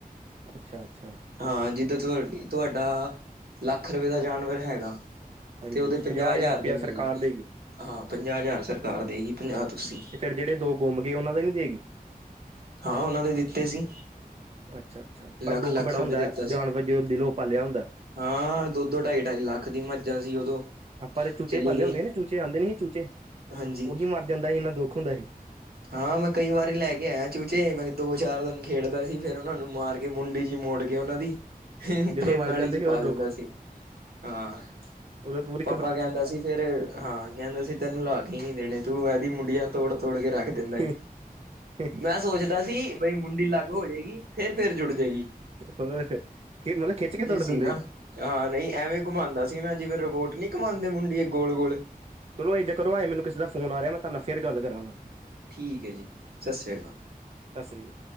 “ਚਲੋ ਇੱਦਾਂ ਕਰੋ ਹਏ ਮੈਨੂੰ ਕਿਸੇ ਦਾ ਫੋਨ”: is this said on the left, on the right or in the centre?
Right